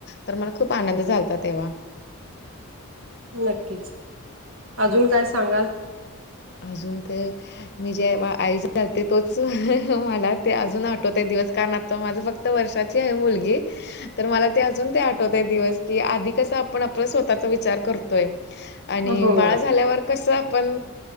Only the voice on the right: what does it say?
नक्कीच अजून काय सांगाल.
हो